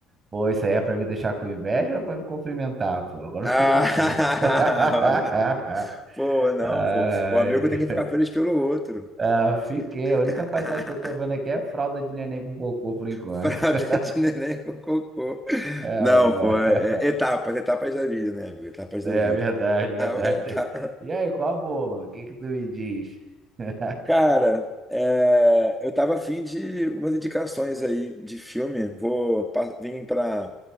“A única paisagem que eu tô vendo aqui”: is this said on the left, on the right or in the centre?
Right